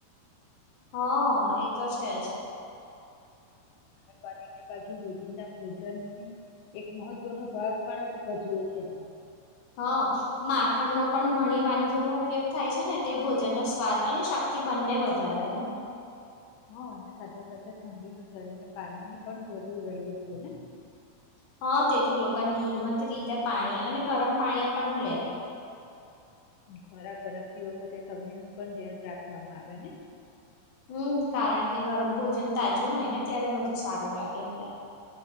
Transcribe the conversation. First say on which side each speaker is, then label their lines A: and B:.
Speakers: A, on the left; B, on the left.
A: હા એ તો છે જ
B: અને પાણીને બાજુ રોજીદા ભોજનની એક મહત્વનો ભાગ પણ ભજવે છે <inaudible>
A: હા માખણ નો પણ ઘણી વાનગીઓમાં ઉપયોગ થાય છે ને તે ભોજન નો સ્વાદ અને બંને વધારે ને
B: હા અને સાથે સાથે ઠંડીમાં શરીને પાણી ની પણ જરૂર રહે છે ને
A: હા તેથી લોકની મઘ રીતે પાણી અને ગરમ પાણી પણ લે
B: ખોરાક બનાવતી વખતે સમય નું પણ ધ્યાન રાખવામાં આવે ને
A: હમ કારણ કે ગરમ ભોજન તાજું હોય ને ત્યારે વધુ સારું લાગે એટલે